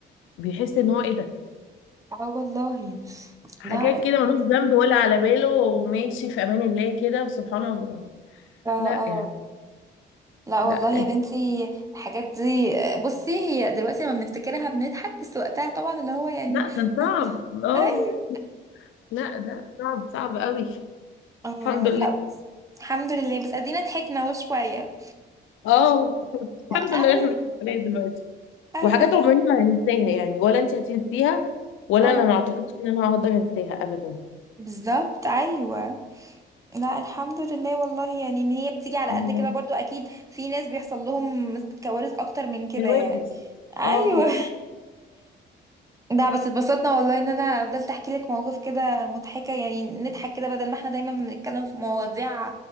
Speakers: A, on the left; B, on the right.
A: بيحس ان هو ايه ده
B: اه والله
A: حاجات
B: لا
A: كده ملوش ذنب ولا على باله وماشي في امان الله كده وسبحان الله
B: اه
A: لا
B: اه
A: يعني
B: لا
A: لا
B: والله يا
A: إيه.
B: بنتي الحاجات دي بصي هي دلوقتي لما بنفتكرها بنضحك بس وقتها طبعا اللي هو يعني
A: لا
B: <laughs>
A: كان صعب اه
B: اي
A: لا ده صعب صعب قوي
B: اه
A: الحمد لله
B: لا الحمد لله بس ادينا ضحكنا اهو شويه
A: اه الحمد
B: اي
A: لله احنا مش مسؤولين دلوقتي
B: ايوه
A: وحاجات
B: الحمد
A: عمرنا ما هننساها يعني ولا انت هتنسيها ولا
B: اه
A: انا ما اعتقدش ان انا هقدر انساها ابدا
B: بالظبط ايوه لا الحمد لله والله يعني ان هي بتيجي على
A: اه
B: قد كده برضو اكيد في ناس بيحصل لهم كوارث اكتر من كده
A: كوارث
B: يعني ايوه
A: اه
B: ده بس اتبسطنا والله ان انا فضلت احكي لك مواقف كده مضحكة يعني نضحك كده بدل ما احنا دايما بنتكلم في مواضيع